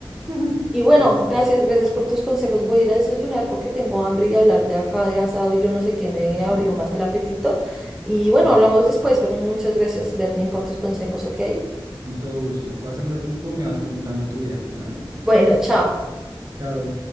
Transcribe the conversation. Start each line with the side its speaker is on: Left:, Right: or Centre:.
Right: <laughs>
Centre: Y bueno,
Right: Total.
Centre: gracias, gracias por tus consejos. Voy a ir a desayunar porque tengo hambre y hablar de acá de asado y yo no sé qué me
Right: Sí,
Centre: abrió más el apetito. Y bueno,
Right: sí,
Centre: hablamos después, pero muchas gracias, Bernie, por tus consejos, ¿ok?
Right: con todo gusto. Pásala rico, me vas contando tu viaje. Bueno,
Centre: Bueno, chao.
Right: chao.